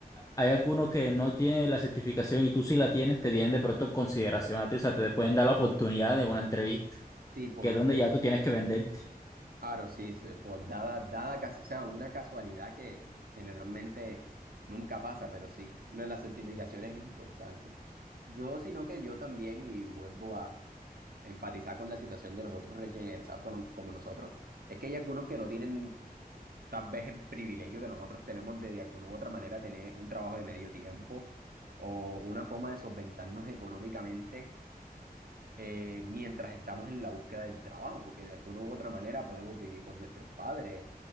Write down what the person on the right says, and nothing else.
Sí, por,
Claro, sí, se- por dada, dada cas- o sea, una casualidad que generalmente nunca pasa, pero sí, lo de las certificaciones es importante. Yo, sino que yo también, y vuelvo a empatizar con la situación de los otros recién egresados con- como nosotros, es que hay algunos que no tienen tal vez el privilegio que nosotros tenemos de de alguna u otra manera tener un trabajo de medio tiempo o una forma de solventarnos económicamente eh, mientras estamos en la búsqueda del trabajo, porque de alguna u otra manera podemos vivir con nuestros padres,